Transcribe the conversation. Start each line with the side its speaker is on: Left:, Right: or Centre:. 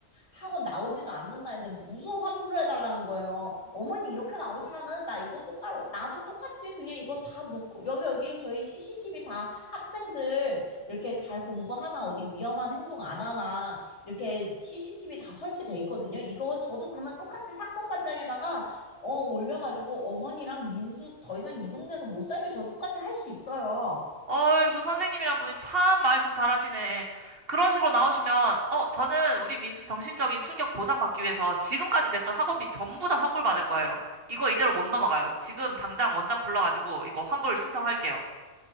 Left: 학원 나오지도 않는 날인데 무슨 환불을 해달라는 거예요. 어머니, 이렇게 나오시면은 나 이거 똑바로, 나도 똑같이 그냥 이거 다 놓고, 여기, 여기 저희 CCTV 다 학생들 이렇게 잘 공부하나, 어디 위험한 행동 안 하나, 이렇게 CCTV 다 설치돼 있거든요. 이거 저도 그러면 똑같이 사건 발장에다가 어, 올려가지고 어머니랑 민수 더 이상 이 동네에서 못 살게 저 똑같이 할 수 있어요.
Right: 어이구, 선생님이란 분이 참 말씀 잘하시네. 그런 식으로 나오시면, 어, 저는 우리 민수 정신적인 충격 보상받기 위해서 지금까지 냈던 학원비 전부 다 환불받을 거예요. 이거 이대로 못 넘어가요. 지금 당장 원장 불러가지고 이거 환불 신청할게요.